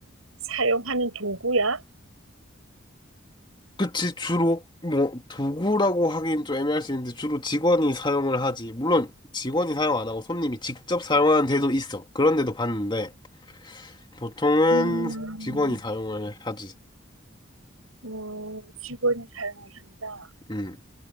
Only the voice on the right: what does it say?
사용하는 도구야?
음,
어, 직원이 사용을 한다.